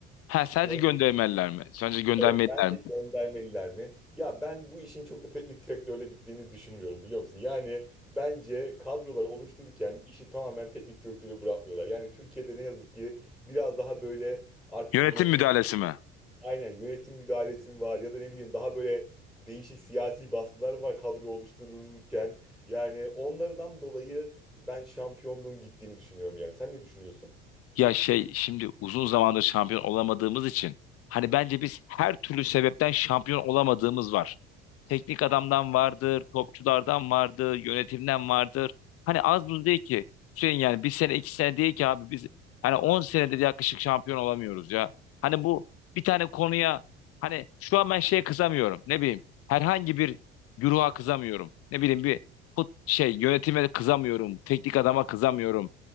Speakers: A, on the left (about 50°); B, in the centre.
A: ha, sadece
B: Gön-
A: göndermeliler mi? Sadece göndermeliler
B: evet bence
A: mi?
B: göndermeliler mi? Ya ben bu işin çok da teknik direktörle gittiğini düşünmüyorum biliyor musun? Yani bence kadroları oluştururken işi tamamen teknik direktöre bırakmıyorlar. Yani Türkiye'de ne yazık ki biraz daha böyle artık
A: Yönetim
B: yönetim
A: müdahalesi mi?
B: aynen yönetim müdahalesi mi var ya da ne bileyim daha böyle değişik siyasi baskılar var kadro oluştururken. Yani onlardan dolayı ben şampiyonluğun gittiğini düşünüyorum yani. Sen ne düşünüyorsun?
A: Ya şey şimdi uzun zamandır şampiyon olamadığımız için hani bence biz her türlü sebepten şampiyon olamadığımız var. Teknik adamdan vardır, topçulardan vardır, yönetimden vardır. Hani az buz değil ki. Hüseyin yani bir sene iki sene değil ki abi biz hani 10 senedir yaklaşık şampiyon olamıyoruz ya. Hani bu bir tane konuya hani şu an ben şeye kızamıyorum ne bileyim herhangi bir güruha kızamıyorum. Ne bileyim bir fut şey yönetime kızamıyorum, teknik adama kızamıyorum.